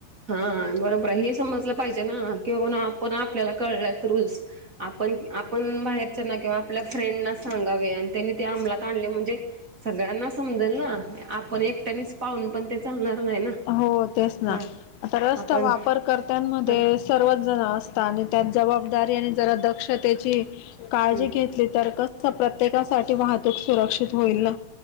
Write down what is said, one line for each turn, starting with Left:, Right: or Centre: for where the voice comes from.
Right: हा बरोबर हे समजलं पाहिजे ना कि बाबानो आपण आपल्याला कळल्यात रूल्स आपण आपण बाहेरच्या ना किंवा आपल्या फ्रेंडना सांगावे आणि त्यांनी ते अमलात आणले म्हणजे सगळ्यांना समजेल ना आपण एकट्यानेच पाहून पण ते चालणार नाय ना.
Left: हो तेच ना
Right: हा
Left: आता रस्ता
Right: आपण
Left: वापरकर्त्यांमध्ये
Right: हा
Left: सर्वच जण असतात आणि त्यात जबाबदारी आणि जरा दक्षतेची काळजी
Right: हम्म
Left: घेतली तर कसं प्रत्येकासाठी वाहतूक सुरक्षित होईल ना.